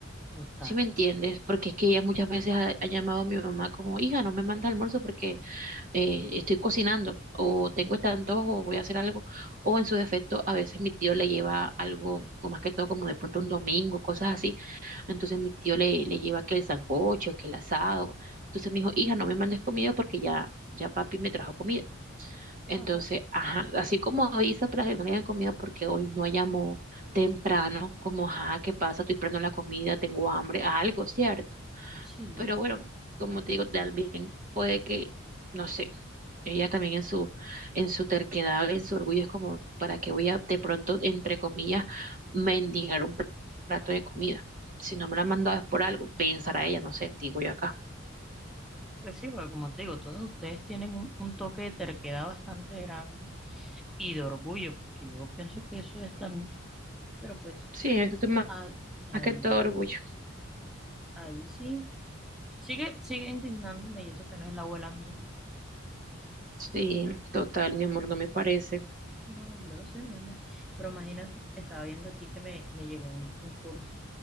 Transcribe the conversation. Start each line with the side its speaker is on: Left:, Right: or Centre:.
Centre: total,
Right: ¿Sí me entiendes? Porque es que ella muchas veces ha, ha llamado a mi mamá como, hija, no me manda almuerzo porque eh, estoy cocinando, o tengo este antojo, o voy a hacer algo, o en su defecto, a veces mi tío le lleva algo, o más que todo como de pronto un domingo, cosas así entonces mi tío le, le lleva que el sancocho, que el asado. Entonces me dijo, hija, no me mandes comida porque ya, ya papi me trajo comida.
Centre: claro,
Right: Entonces, ajá, así como avisa para que no le hayan comida porque hoy no llamó temprano, como, ajá, ¿qué pasa? Estoy esperando la comida, tengo hambre, algo, ¿cierto?
Centre: sí.
Right: Pero bueno, como te digo, también puede que, no sé ella también en su, en su terquedad, en su orgullo, es como, ¿para qué voy a de pronto, entre comillas, mendigar un plato de comida? Si no me la han mandado es por algo, pensará ella, no sé, digo yo acá.
Centre: Pues sí, porque como te digo, todas ustedes tienen un, un toque de terquedad bastante grande y de orgullo, porque yo pienso que eso es también. Pero pues,
Right: Sí, es más,
Centre: ahí, ahí,
Right: más que todo orgullo.
Centre: ahí sí. Sigue, sigue indignándome y eso que no es la abuela mía.
Right: Sí, total, mi amor, no me parece.
Centre: No, yo lo sé, mi amor. Pero imagínate, estaba viendo aquí que me, me llegó un concurso